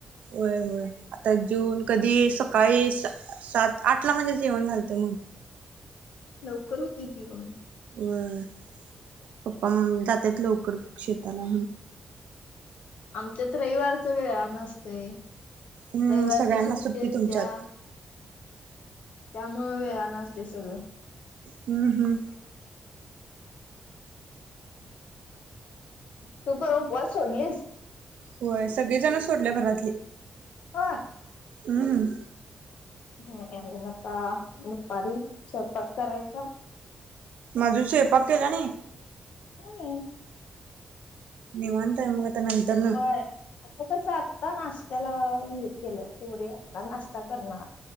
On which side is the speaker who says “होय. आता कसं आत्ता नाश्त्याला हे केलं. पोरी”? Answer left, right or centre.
Left